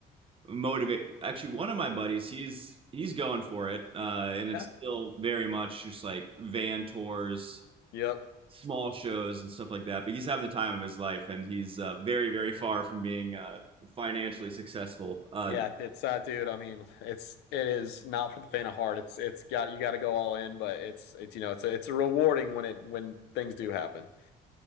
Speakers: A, on the right; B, on the left.
A: motivated. Actually, one of my buddies, he's, he's going for it, uh, and it's
B: Yeah.
A: still very much just like van tours.
B: Yep.
A: small shows and stuff like that. But he's having the time of his life, and he's uh, very, very far from being uh, financially successful. Uh,
B: Yeah, it's uh, dude. I mean, it's it is not for the faint of heart. It's it's got you got to go all in, but it's it's you know it's a, it's a rewarding when it when things do happen.